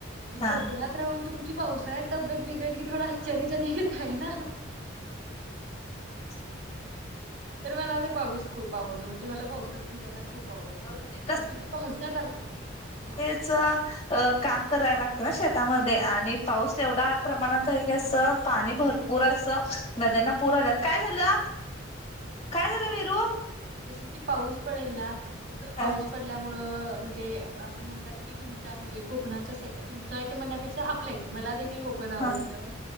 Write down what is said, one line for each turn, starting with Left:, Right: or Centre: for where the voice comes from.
Right: आणि
Left: हा
Right: कोकणात राहून तुमची पावसाळ्यात तब्येत बिघडली थोडं आश्चर्याजनंक येत आहे ना
Left: आवाज
Right: तर मला तर पाऊस खूप आवडतो म्हणजे मला पावसात भिजायला खूप आवडत
Left: म्हणजे
Right: मग तुम्ही पावसात आज--हा
Left: च अ काम करायला लागतं ना शेतामध्ये आणि पाऊस एवढ्या प्रमाणात आहे की अस पाणी भरपूर पुर असं नद्यांना पुर आल्यात काय झालं
Right: आवाज
Left: काय झाल वीरू?
Right: जस की पाऊस पडेल ना जस
Left: हा
Right: पाऊस पडेल आपल्यामुळे म्हणजे अस की म्हणतात तुमच्या म्हणजे कोकणाच्या साईटला तुमच्या येथेम्हणण्यापेक्षा आपल्या मला देखील कोकण आवडत
Left: हा